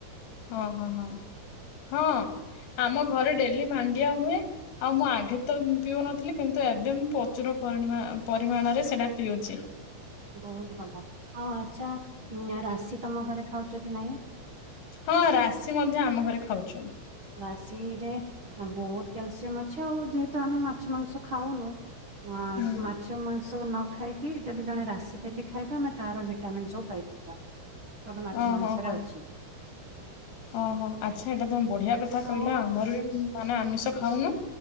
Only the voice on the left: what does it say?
ହଁ ହଁ ହଁ ହଁ ଆମ ଘରେ ଡେଲି ମାଣ୍ଡିଆ ହୁଏ। ଆଉ ମୁଁ ଆଗେ ତ ପିଉନଥିଲି କିନ୍ତୁ ଏବେ ମୁଁ ପ୍ରଚୁରରି ପରିମାଣରେ ସେଇଟା ପିଉଛି।
ହଁ ରାଶି ମଧ୍ୟ ଆମ ଘରେ ଖାଉଛୁ।
ହୁଁ
ଓ
ହୋ ହୋ
ଓହୋ। ଆଚ୍ଛା ଏଇଟା ତମେ ବଢିଆ କଥା କହିଲା
ଆମର ବି ମାନେ ଆମିଷ ଖାଉନୁ